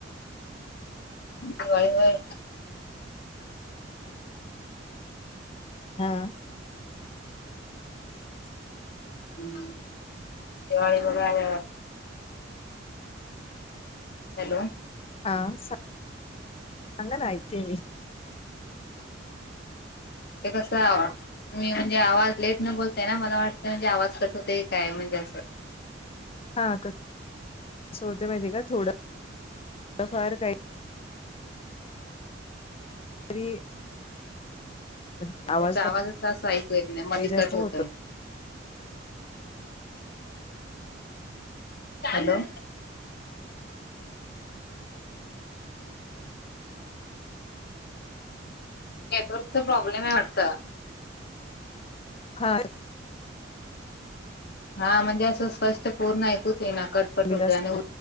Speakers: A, on the left (about 55°); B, on the left (about 30°).
A: दिवाळी व्हय
B: हा <inaudible>
A: हम्म दिवाळी वगार हॅलो
B: हा सांग -सांगा ना ऐकते मी
A: ते कसं आवा तुम्ही म्हणजे आवाज लेट न बोलताय ना मला वाटतंय म्हणजे आवाज कट होतय क काय म्हणजे असं
B: हा क <inaudible> सं होतय माहिती का थोडं <inaudible> फार काही <inaudible> री अ आवाज
A: तुमचा आवाजच असं ऐकू येत नाय मधी
B: जास्त
A: कट
B: होतोय
A: होतो. हॅलो नेटवर्कच प्रॉब्लेम आहे वाटतं.
B: हा.
A: हा म्हणजे असं स्पष्ट पूर्ण ऐकूच येना कटपट
B: कमी
A: होत
B: जास्त
A: आणि